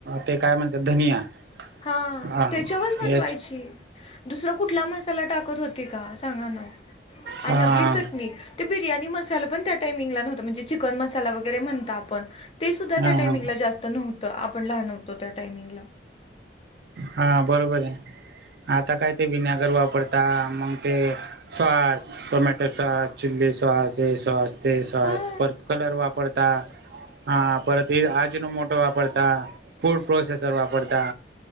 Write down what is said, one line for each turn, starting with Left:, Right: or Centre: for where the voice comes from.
Right: ते काय म्हणत्यात धनिया.
Left: हा
Right: हा
Left: त्याच्यावरच बनवायची.
Right: याच
Left: दुसर कुठला मसाला टाकत होती का सांगा ना, आणि
Right: हा
Left: आपली चटणी ते बिर्याणी मसाला पण त्या टाइमिंगला नव्हतं म्हणजे चिकनं मसाला वगैरे म्हणता आपण ते सुद्धा
Right: हा
Left: त्या टायमिंगला
Right: हा
Left: जास्त नव्हतं, आपण लहान होतो त्या टायमिंगला.
Right: हा बरोबर आहे, आता काय ते विनॅगर वापरता मंग ते sauce, tomato sauce, chilli sauce, हे सॉस ते सॉस
Left: हा
Right: परत कलर वापरता, आ परत हे अजीणोर्मोटो वापरता, फूड प्रोसेसर वापरता.